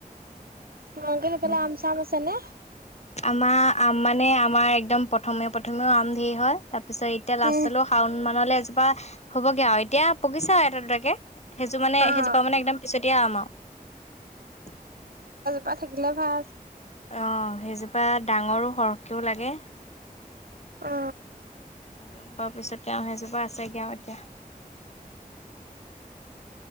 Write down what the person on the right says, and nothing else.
মগলে পেলা আমচ
আমচনেে
উম
অ
তা থাকিলে ভাল
অ